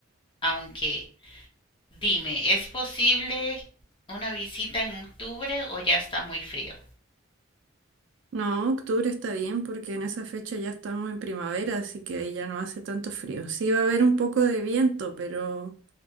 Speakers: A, on the left; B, on the right.
A: aunque dime, ¿es posible una visita en octubre o ya está muy frío?
B: No, octubre está bien porque en esa fecha ya estamos en primavera, así que ahí ya no hace tanto frío. Sí va a haber un poco de viento, pero...